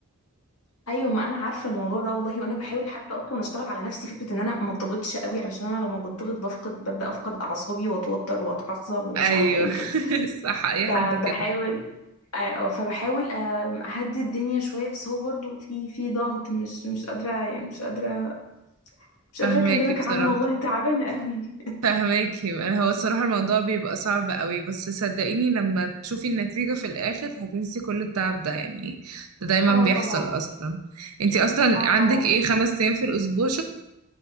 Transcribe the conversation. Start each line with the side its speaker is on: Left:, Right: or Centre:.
Left: ايوه ما انا عارفه الموضوع ده والله وانا بحاول حتى اصلا اشتغل على نفسي فكره ان انا ما اتضغطش قوي علشان انا لما بتضغط بفقد ببدا افقد اعصابي واتوتر واتعصب ومش
Right: ايوه
Left: عارفه ايه وكده
Right: <laughs> صح اي
Left: فبحاول
Right: حد كده
Left: آه، فبحاول آه، اهدي الدنيا شويه بس هو برضو في في ضغط مش مش قادره يعني مش قادره مش
Right: فهماكي
Left: قادرة أكلمك
Right: بصراحة
Left: عنه والله تعبان قوي
Right: فهماكي انا هو الصراحة الموضوع بيبقى صعب قوي بس صدقيني لما تشوفي النتيجة في الاخر هتنسي كل التعب ده يعني ده دايما
Left: اه
Right: بيحصل
Left: طبعا
Right: اصلا انتي اصلا
Left: اه
Right: عندك
Left: طبعا
Right: ايه خمس ايام في الاسبوع